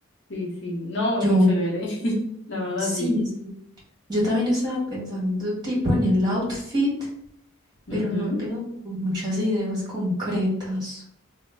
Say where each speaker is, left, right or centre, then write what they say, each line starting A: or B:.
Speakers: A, on the left; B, on the right.
A: Sí, sí. No,
B: Yo
A: muy chévere. <laughs> La verdad,
B: sí,
A: sí.
B: sí, Yo también estaba pensando tipo en el outfit,
A: Ujú.
B: pero no tengo como muchas ideas concretas.